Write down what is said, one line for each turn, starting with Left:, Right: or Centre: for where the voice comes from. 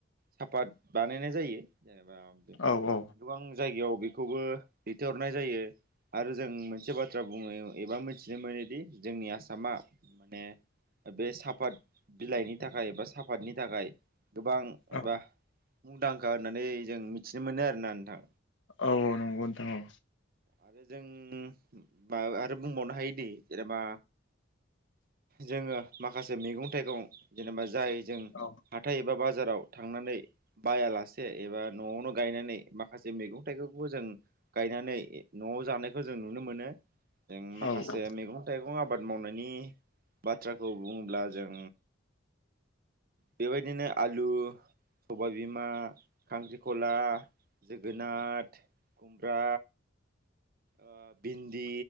Right: साफात बानायनाय जायो। जेनेबा
Left: औ औ
Right: गोबां जायगायाव बेखौबो दैथायहरनाय जायो आरो जों मोनसे बाथ्रा बुङो एबा मिथिनो मोनोदि जोंनि आसामा माने। बे साफात बिलाइनि थाखाय बा साफतनि थाखाय। गोबां
Left: औ
Right: एबा मुंदांखा होननानै जों मिथिनो मोनो आरोना नोंथां।
Left: औ औ नंगौ नोंथां औ।
Right: आरो जों म आरो बुंबावनो हायोदि जेनेबा जोङो माखासे मैगं थाइगं जेनेबा जाय जों
Left: औ
Right: हाथाय ए बा बाजा। बाजाराव थांनानै बायालासे एबा न'आवनो गायनानै माखासे मैगं थाइगंखौबो जों गायनानै ऐ न'आव जानायखौ जों नुनो मोनो। जों माखासे
Left: औ औ
Right: मैगं थाइगं आबाद मावनायनि बाथ्राखौ बुङोब्ला जों बेबायदिनो आलु। सबायबिमा खांख्रिखला जोगोनात कुमब्रा ओ भिन्दि